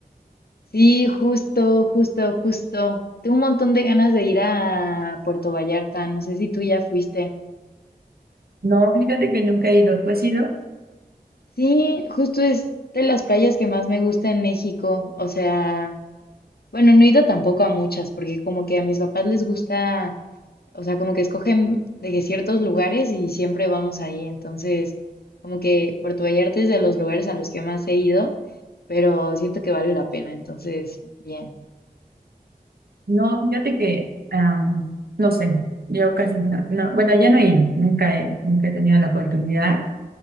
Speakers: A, on the left (about 80°); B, on the right (about 75°).
A: Sí, justo, justo, justo. Tengo un montón de ganas de ir a Puerto Vallarta. No sé si tú ya fuiste.
B: No, fíjate que nunca he ido. ¿Tú has ido?
A: Sí, justo es de las playas que más me gusta en México. O sea, bueno, no he ido tampoco a muchas, porque como que a mis papás les gusta o sea, como que escogen de que ciertos lugares y siempre vamos ahí. Entonces, como que Puerto Vallarta es de los lugares a los que más he ido, pero siento que vale la pena. Entonces, bien.
B: No, fíjate que, am, no sé, yo casi no, no, bueno, ya no he ido, nunca he, nunca he tenido la oportunidad,